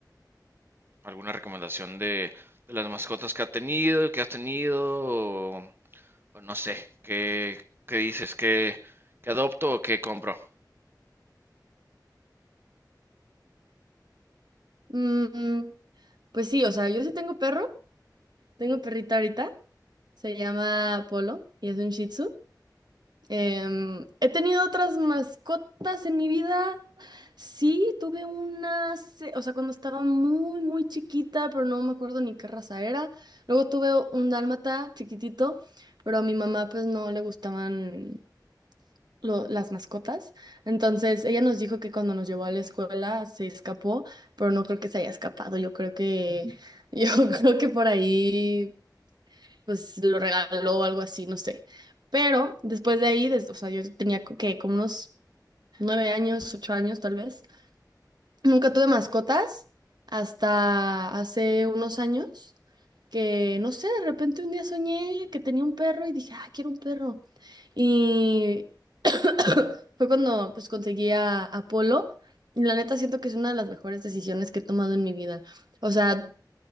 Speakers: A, on the right; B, on the right.
A: alguna recomendación de, de las mascotas que ha tenido, que has tenido o, o no sé, qué, qué dices, qué, qué adopto o qué compro?
B: Mm, pues sí, o sea, yo sí tengo perro, tengo perrita ahorita, se llama Polo y es un Shih Tzu. Em, he tenido otras mascotas en mi vida, sí, tuve una, se- o sea, cuando estaba muy, muy chiquita, pero no me acuerdo ni qué raza era. Luego tuve un dálmata chiquitito, pero a mi mamá pues no le gustaban lo- las mascotas. Entonces, ella nos dijo que cuando nos llevó a la escuela se escapó, pero no creo que se haya escapado. Yo creo que, yo <laughs> creo que por ahí, pues lo regaló o algo así, no sé. Pero después de ahí, des- o sea, yo tenía co- que como unos nueve años, ocho años tal vez. Nunca tuve mascotas hasta hace unos años. que no sé, de repente un día soñé que tenía un perro y dije, ah, quiero un perro. Y, <coughs> Fue cuando pues conseguí a Apolo. Y la neta siento que es una de las mejores decisiones que he tomado en mi vida. O sea,